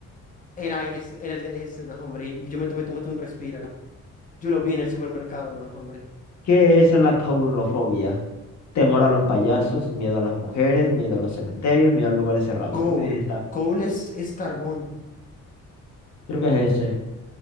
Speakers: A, on the left; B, on the left.
A: Era ese, era el de ese, no, hombre. Y yo me tomé, tomé un respiro. Yo lo vi en el supermercado, no, hombre.
B: ¿Qué es la caurofobia? Temor a los payasos, miedo a las mujeres, miedo a los cementerios, miedo a lugares cerrados.
A: Coal.
B: Creo que es esta.
A: Coal es, es carbón.
B: Creo que
A: Mm,
B: es ese.